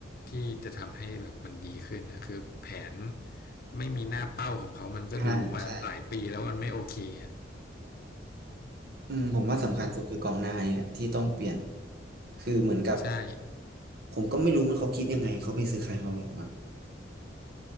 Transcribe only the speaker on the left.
ที่จะทำให้แบบมันดีขึ้นนะคือแผนไม่มีหน้าเป้าของเขามันก็ดูมาหลายปีแล้วมันไม่โอเคอะ
ใช่